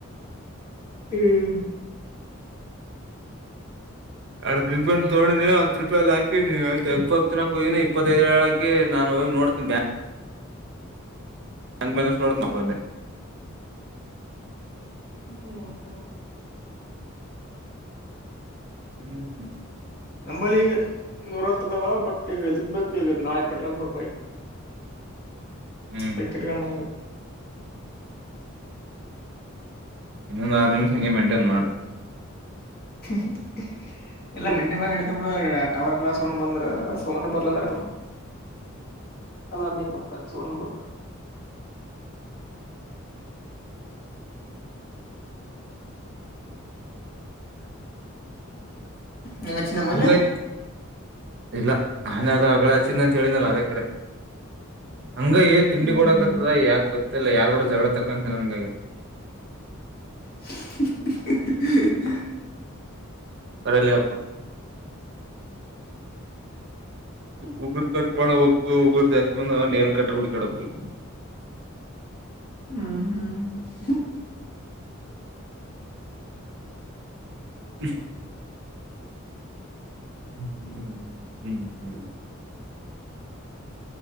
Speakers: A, on the left (about 45°); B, on the right (about 55°).
A: ಹ್ಮ್ಮ್
B: ಎರಡ್ ರೂಪಾಯಿ ತೋನಿ ಹತ್ ರೂಪಾಯಿ ಅ ಹಾಕಿಬನ ಹೋಗಿನಿ ಇಪ್ಪತ್ತದ್ಏಳಕಿ ನಾನು ಹ ನೋಡ್ತೀ ಬ ಅಂಗಮಲ್ಷನೋಡ್ತ ನಬಂದೆ
A: ಹ್ಮ್ ಹ್ಮ್
B: ಹ್ಮ್
A: ನಂಬಲ್ಲಿ ಮುರಾತ್ತೇದಾವೋ ಬಟ್ ಈಗ ಇದಕ್ ಬೇಕು ಈಗ ನಾಳೆ ಪೆಟ್ರೋಲ್ ಗೆ ಬೈಕ್
B: ಹ್ಮ್
A: ವಿಕೆಟ್ ಕ್ಣಂಗ
B: ಇನ್ನೊಂದು ಆರು ನಿಮಿಷ ಹೆಂಗೆ ಮೈಂಟೈನ್ ಮಾಡ್ತೀನಿ
A: <inaudible> ಎಲ್ಲಾ ಮೆಂಟೈನ್ ಮಾಡಿ ಇಡತ ಬಿಡ ಟವರ್ ಗ್ಲಾಸ್ ಒಂಬಂದ್ರೆ ಸೌಂಡ್ ಬರ್ಲ ಅಂದ್ರ ಪಪ
B: <inaudible>
A: ಅದಾಮ ಮತ್ತ ಸೌಂಡ್ ಬರಲ್ಲ ನಂಗ ಚಿನ್ನಮಲ್ಲೇ
B: ಹಂಗೈತ್ ಇಲ್ಲ ನಾನೇ ಅದ ಹಗಳ ಹಚ್ಚಿದ್ದ ಅಂತ ಹೇಳನಲ್ಲ ಅದೇ ಕರೆ ಹಂಗ ತಿಂಡಿ
A: ಹ್ಮ್
B: ಕಡ
A: ಹ್ಮ್
B: ಆಕತದ ಯಾಕ ಗೊತ್ತಿಲ್ಲ ಯಾರ್ಗೂಡ ಜಗಳ ತಕೊಂತನ ನನ್ಗೆ
A: <inaudible>
B: ಕಲ್ಲ <unintelligible> ಉಗುರು ಕಟ್ ಮಾಡಬೇಕು ಉಗುರು ಜಾಸ್ತಿಂದ ನೆಲ್ ಕಟ್ಟ್ರ ಹಡುಕಾಡಬೇಕು ಈಗ <inaudible>
A: ಹ್ಮ್ ಹ್ಮ್-ಹ್ಮ್ಮ್ಮ್
B: ಇಷ್ಟ್ <unintelligible> ಹ್ಮ ಹ್ಮ ಹ್ಮ್ಮ ಹ್ಮ್ ಹ್ಮ ಹ್ಮ್